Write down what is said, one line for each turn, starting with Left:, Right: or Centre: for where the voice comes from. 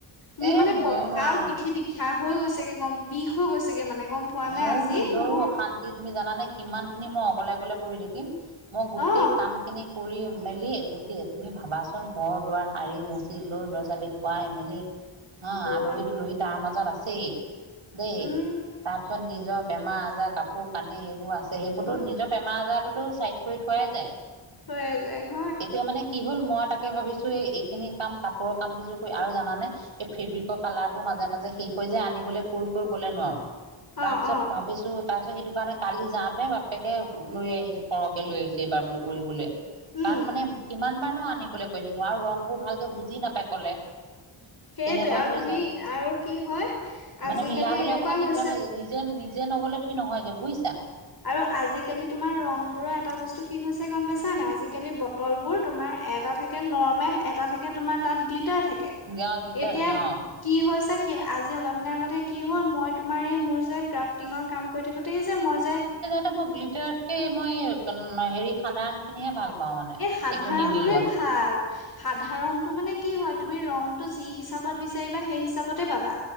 Left: মোৰ
Right: এ
Left: মানে
Right: মইয়ো
Left: ককাল
Right: নোৱাৰো
Left: পিঠি বিষা হৈ গৈছেগে গম বিষ হৈ গৈছেগে মানে গম পোৱা নে
Right: মোৰ
Left: আজি
Right: নিজৰো
Left: মোৰ
Right: অশান্তি তুমি জানানে কিমান খিনি মই অকলে অকলে কৰি থাকিম। মই গোটেই
Left: অ
Right: কামখিনি কৰি মেলি গোটেই তুমি ভাবাচোন ঘৰ -দুৱাৰ শাৰী মচি লৈ লৰা ছোৱালীক খুৱাই মেলি হা
Left: ঐ
Right: আলহী দুলহী তাৰ মাজত আছেই দেই,
Left: উম
Right: তাৰপিছত নিজৰ বেমাৰ আজাৰ কাপোৰ কানি সেইবোৰ আছে সেইবোৰতো
Left: উম
Right: নিজৰ বেমাৰ আজাৰোতো চাইড কৰি পোৱা যায়।
Left: হৈ যায় ভ
Right: এতিয়া মানে কি হ'ল মই তাকে ভাবিছো এইখিনি কাম কাপোৰৰ কাম কযোৰ কৰি আৰু জানে এই ফেব্ৰিকৰ কালাৰ বোৰ ম মাজে মাজে শেষ হৈ যায় আনিবলৈ পূৰ কৰিবলে নোৱাৰো।
Left: অ
Right: তাৰ পিছত
Left: অ
Right: ভাবিছো তাৰপিছত সেইটো কাৰণে কালি যাওঁতে বাপেকে লৈ আহিছো সৰহকে লৈ আহিছো এইবাৰ বোলো কৰিবলৈ
Left: উম
Right: কাৰণ মানে কিমান বাৰ নো আনিবলৈ কৈ থাকিম আৰু ৰংবোৰ ভালকে বুজি নাপাই কলে।
Left: সেইটোৱে
Right: তেনেকুৱা
Left: আৰু
Right: হৈ
Left: তুমি
Right: যায়
Left: আৰু কি হয়
Right: মানে
Left: আজিকালি
Right: মিলাবলৈ
Left: এনেকুৱা
Right: অকণমান দিগদাৰ
Left: হৈছে
Right: হৈ যায় নিজে নিজে নগলে তুমি নহয়গে বুইছা।
Left: আৰু আজিকালি তোমাৰ ৰং বোৰৰ এটা বস্তু কি হৈছে গম পাইছা নাই আজিকালি বটল বোৰ তোমাৰ এটা থাকে নৰ্মেল এটা থাকে তোমাৰ তাত গ্লিট থাকে
Right: গাঁৱত গীতা
Left: এতিয়া
Right: থাকে অ'।
Left: কি হৈছে সেই আজি অলপ দিনা আগতে কি হ'ল মই তোমাৰ এই মোৰ যে ক্ৰাফটিঙৰ কাম কৰি থাকোতে সে যে মই যে
Right: ম গ্লিলিটাৰতকে মই হেৰি সাধাৰণ খিনিহে ভাল পাওঁ মানে।
Left: এ সাধাৰণটয়ে
Right: একো নিমিলোৱা
Left: ভাল। সাধাৰণতটো মানে কি হয় তুমি ৰংটো যিহিচাপত বিচাৰিবা সেইহিচাপতে পাবা